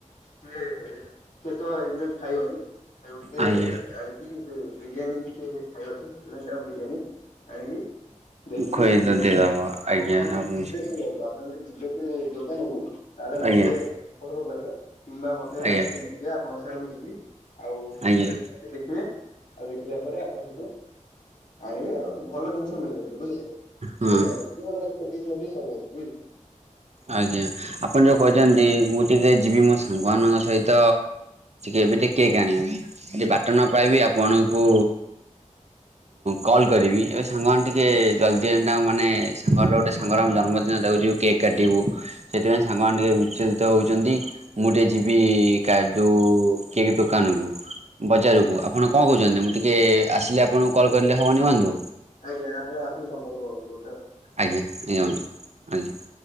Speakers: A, on the left (about 80°); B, on the right (about 60°).
A: ସିଏ, ସିଏ ତ ଏଇ ଗୁଡ଼ାକ ଖାଇବନି, ତାକୁ ଟିକେ
B: ଆଜ୍ଞା
A: ଆଣିକି ସେ ବିରିୟାନୀ ଟିକେ ଖାଇବ ସେ, ସେଥିପାଇଁ ତ ବିରିୟାନୀ ଆଣିକି ଦେବି
B: ଖୋଇଦ
A: ବୁଝିଲେ।
B: ଦେଇଦବ
A: <unintelligible>
B: ଆଜ୍ଞା ଭାବୁଛି
A: ଆପଣ ଯଦି ଯିବେ ସେ ଦୋକାନକୁ, ତାହେଲେ ମତେ
B: ଆଜ୍ଞା
A: ସମ୍ପର୍କ କରିବେ, କିମ୍ବା ମତେ
B: ଆଜ୍ଞା
A: ଡାକି ନେବେ। ଯେ ଆପଣଙ୍କ ସାଙ୍ଗ ମୁଁ ଯିବି, ଆଉ
B: ଆଜ୍ଞା
A: ସେ ଦୋକାନଟି ଦେଖିବେ, ଆଉ ଦେଖିଲା ପରେ ଆପଣ ସେଠୁ ଆଣିବେ ଆଉ ଭଲ ଜିନିଷ ମିଳିବ ସେଠି ବୁଝିଲେ।
B: ହଁ
A: ଯିବେ ତାହେଲେ, ଯିବା ସେଠି ପେଟିସ ମେଟିସ ସବୁ ଅଛି ବୁଝିଲେ।
B: ଆଜ୍ଞା, ଆପଣ ଯୋଉ କହିଛନ୍ତି, ମୁଁ ଟିକେ ଯିବି ମୋ ସାଙ୍ଗ ମାନଙ୍କ ସହିତ ଏବେ ଟିକେ କେକ୍ ଆଣିବି ମୁଁ। ସେଠି ବାଟ ନ ପାଇବି ଆପଣଙ୍କୁ କଲ୍ କରିବି, ଏବେ ସାଙ୍ଗମାନେ ଟିକେ ଜଲଦି ମାନେ ସାଙ୍ଗର ଗୋଟେ ସାଙ୍ଗର ଆମ ଜନ୍ମଦିନ ଦେଉଛି କାଟିବୁ ସେଥିପାଇଁ ସାଙ୍ଗ ମାନେ ଟିକେ ବିଚଳିତ ହେଉଛନ୍ତି।
A: ଆଜ୍ଞା
B: ମୁଁ
A: ଆଜ୍ଞା
B: ଟିକେ ଯିବି ବି କା ଯଉ କିଏ ଦୋକାନ କୁ, ବଜାର
A: ଆଜ୍ଞା
B: କୁ। ଆପଣ କଣ କହୁଛନ୍ତି, ମୁଁ ଟିକିଏ ଆସିଲେ ଆପଣଙ୍କୁ କଲ୍ କରିଲେ ହେବନି ବନ୍ଧୁ?
A: ଆଜ୍ଞା ଆପଣ ଆସିକି ସମ୍ପର୍କ କରନ୍ତୁ। ତ
B: ଆଜ୍ଞା, ଆଜ୍ଞା ବନ୍ଧୁ ଆଜ୍ଞା।